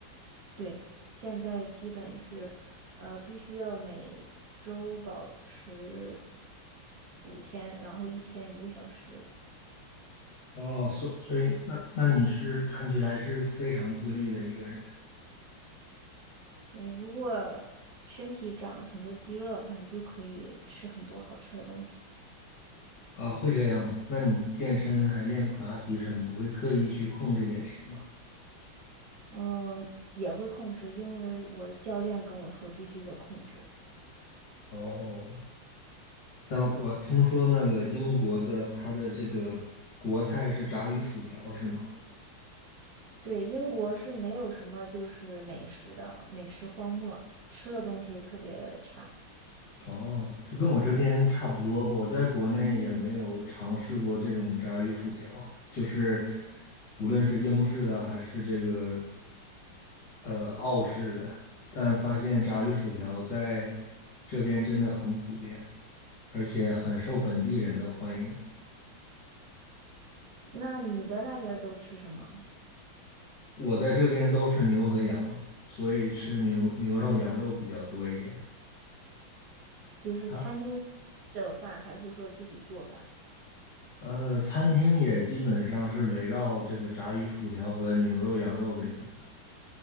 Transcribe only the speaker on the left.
哦，所所以那那你是看起来是非常自律的一个人
啊，会这样吗？那你健身还练普拉提什么，不会刻意去控制饮食吗？
哦，但我听说那个英国的他的这个国菜是炸鱼薯条，是吗？
哦，它跟我这边差不多，我在国内也没有尝试过这种炸鱼薯条，就是无论是英式的还是这个呃澳式的，但发现炸鱼薯条在这边真的很普遍，而且很受本地人的欢迎。
我在这边都是牛和羊，所以吃牛牛肉、羊肉比较多一点。
它
呃，餐厅也基本上是围绕这个炸鱼薯条和牛肉、羊肉为主。的。